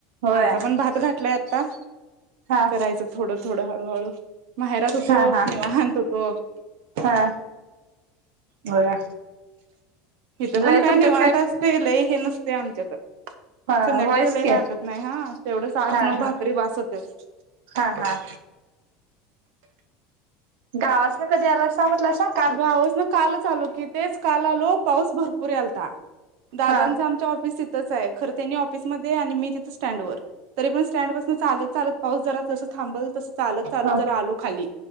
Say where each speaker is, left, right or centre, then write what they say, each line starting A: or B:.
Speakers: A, on the right; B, on the right.
A: होय
B: आमचा पण भात घातलाय आता.
A: हा
B: करायचं थोडं थोडं हळूहळू माहेरात होतो
A: हा हा
B: निवांत होतो.
A: हा. होय
B: इथं
A: लय
B: पण काय
A: तुमच्यात
B: निवांत असतय लय हे नस. ते आमच्याकड.
A: हा
B: संध्याकाळच
A: होयच
B: लई
A: की
B: लागत नाही हा तेवढस आठ
A: हा
B: नऊ
A: हा
B: भाकरी बास होत्यात.
A: हा हा गावासन कधी आलासा. म्हटलासा काल
B: गावासन कालच आलो की तेच काल आलो पाऊस भरपूर यालता. दादांच
A: हा
B: आमच्या ऑफिस तिथंच आहे खर त्यांनी ऑफिसमध्ये आणि मी तिथ स्टँडवर तरी पण. स्टँड पसन चालत चालत पाऊस जरा जसं थांबल तसं चालत चालत
A: हा
B: जरा आलो खाली.